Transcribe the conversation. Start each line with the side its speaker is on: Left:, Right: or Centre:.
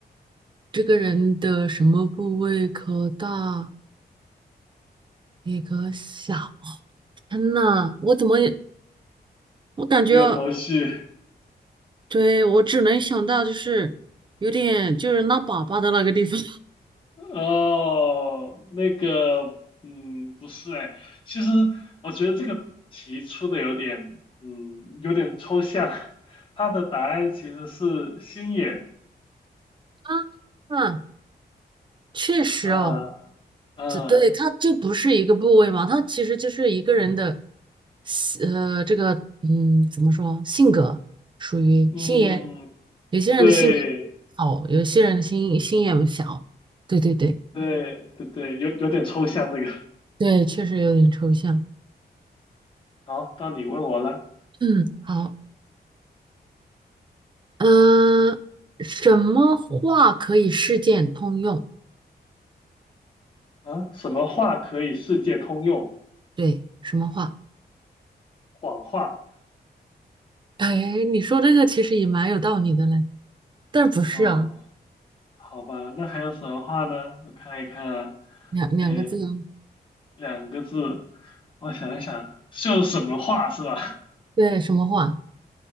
Right: 这个人的什么部位可大也可小？天呐，我怎么也我感觉，
Left: 没有头绪。
Right: 对，我只能想到就是有点就是拉粑粑的那个地方
Left: 哦，那个，嗯，不是哎，其实我觉得这个题出的有点，嗯，有点抽象。它的答案其实是心眼，
Right: <laughs> 啊，啊确实哦，
Left: 啊、啊、
Right: 这对，它就不是一个部位嘛，它其实就是一个人的呃，这个嗯，怎么说，性格属于心眼，
Left: 嗯，
Right: 有些人的性格
Left: 对，
Right: 好，有些人的心心眼小，对对对
Left: 对，对对，有有点抽象这个。
Right: 对，确实有点抽象。
Left: 好，到你问我了。
Right: 嗯，好，嗯、什么话可以事件通用？
Left: 啊，什么话可以世界通用？
Right: 对，什么话？
Left: 谎话。
Right: 哎，你说这个其实也蛮有道理的嘞，但是不是啊？
Left: 哦，好吧，那还有什么话呢？我看一看啊，
Right: 两两个字啊，
Left: 哎，两个字，我想一想，就什么话是吧？
Right: 对，什么话？